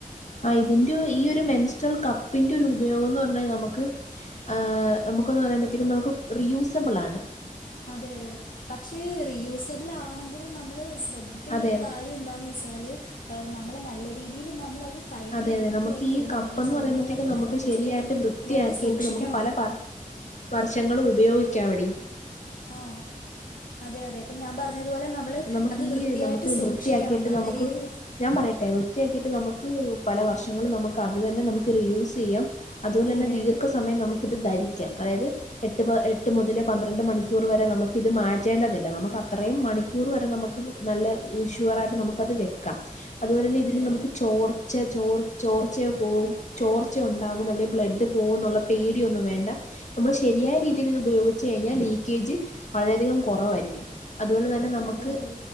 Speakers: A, on the left; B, on the left.
A: ആഹ് ഇതിന്റെ ഈ ഒരു മെൻസ്ട്രൽ കപ്പിന്റോര് ഉപയോഗംന്ന് പറഞ്ഞാ നമുക്ക് ഏ നമുക്കൊന്ന് പറയ്മ്പത്തേക്കും നമുക്ക് റിയൂസബ്ളാണ്.
B: അതെ അതെ പക്ഷേ റിയൂസബിളാണെങ്കിലും നമ്മള് ശ്രദ്ധിക്കേണ്ട
A: അതെ
B: ഒരു
A: അതെ
B: കാര്യം എന്താന്ന് വെച് കഴിഞ്ഞാല് നമ്മള് നല്ല രീതിയിൽ നമ്മളത് കഴുകി
A: അതെ അതെ
B: വൃത്തിയാക്കി
A: നമുക്ക് ഈ
B: ഇടണം
A: കപ്പെന്ന്
B: നല്ല ചൂടുവെള്ളത്തിൽ
A: പറയുമ്പത്തേക്കും നമുക്ക്
B: തിളപ്പിച്ചൊക്കെ
A: ശരിയായിട്ട്
B: നമ്മൾ
A: വൃത്തിയാക്കിയിട്ട്
B: വൃത്തിയായിട്ട് സൂക്ഷിക്കണം
A: നമുക്ക് പല
B: അത്
A: പർ വർഷങ്ങള് ഉപയോഗിക്കാം എടീ
B: ആഹ് അതെ അതെ ഇപ്പം ഞാൻ പറഞ്ഞത്പോലെ ന മ്മള്
A: നമുക്ക്
B: അത് വൃത്തിയായിട്ട്
A: ഈ നമുക്ക്
B: സൂക്ഷിക്കണം
A: വൃത്തിയാക്കിയിട്ട്
B: നല്ല
A: നമുക്ക്
B: രീതി വൃ
A: ഞാൻ പറയട്ടെ വൃത്തിയാക്കിട്ട് നമുക്ക് പല വർഷങ്ങളും നമുക്ക് അത് തന്നെ നമുക്ക് റിയൂസെയ്യാം. അത്പോലെന്നെ
B: അതെ
A: ദീർഘ
B: അതെ
A: സമയം നമുക്കിത് ധരിക്കാം അതായത് എട്ട് പ എട്ട് മുതല് പന്ത്രണ്ട് മണിക്കൂർ വരെ നമുക്കിത് മാറ്റേണ്ടതില്ല നമുക്ക് അത്രേയും മണി ക്കൂറ് വരെ നമുക്ക് നല്ല ഷുവറായിട്ട് നമുക്കത് വെക്കാം അതുപോലെ തന്നെ
B: അതെ
A: ഇതിൽ നമുക്ക്
B: അതെ
A: ചോർ ച്ചെ ചോർ ചോർച്ചയൊ പോവും ചോർച്ച ഉണ്ടാകും അല്ലെങ്കി ബ്ലഡ് പോകുന്നുള്ള പേടിയൊന്നും വേണ്ട നമ്മള് ശരിയായ രീതിയിൽ ഇത് ഉപയോഗിച്ച് കഴിഞ്ഞാ ലീക്കേജ് വളരെയധികം കുറവായിരിക്കും അതുപോലെ തന്നെ
B: അതെ
A: ക്ക്
B: അതെ